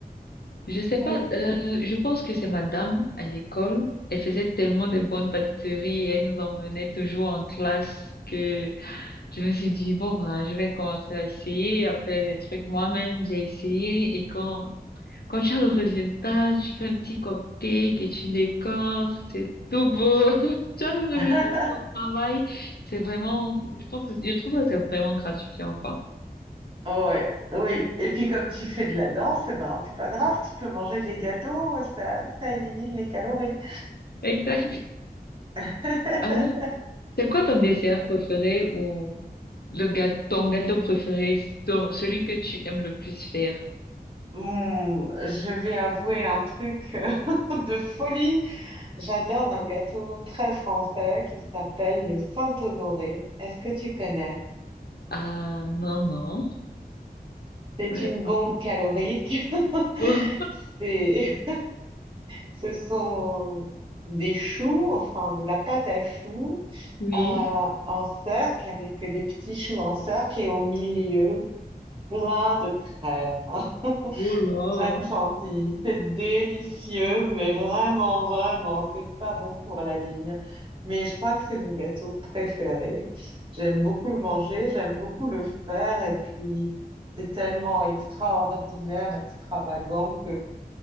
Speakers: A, on the left; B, on the right.
A: Je sais
B: Oui.
A: pas, euh, je pense que c'est madame à l'école. Elle faisait tellement de bonnes pâtisseries et elle nous en revenait toujours en classe que je me suis dit, bon, voilà, je vais commencer à essayer, à faire des trucs moi-même. J'ai essayé et quand, quand tu as le résultat, tu fais un petit cupcake et tu décores, c'est tout beau. <laughs> Tu as le résultat
B: <laughs>
A: de ton travail. C'est vraiment, je pense que, je trouve que c'est vraiment gratifiant, quoi.
B: Oh Ouais, oui. Et puis comme tu fais de la danse, eh ben, c'est pas grave, tu peux manger des gâteaux, ça, ça élimine les calories.
A: Exact.
B: <laughs>
A: Alors, C'est quoi ton dessert préféré ou le gâteau, ton gâteau préféré, ton- celui que tu aimes le plus faire?
B: Hmm, je vais avouer un truc <laughs> de folie. J'adore un gâteau très français qui s'appelle le Saint-Honoré. Est-ce que tu connais?
A: Ah, maman.
B: C'est
A: Ouais.
B: une bombe calorique. <laughs>
A: Oh,
B: C'est Ce sont des choux, enfin de la pâte à choux,
A: oui.
B: euh, en cercle, avec des petits choux en cercle et au milieu, plein de crème. <laughs>
A: Oh là.
B: Crème chantilly, c'est délicieux, mais vraiment, vraiment, c'est pas bon pour la ligne. Mais je crois que c'est mon gâteau préféré. J'aime beaucoup le manger, j'aime beaucoup le faire, et puis c'est tellement extraordinaire, extravagant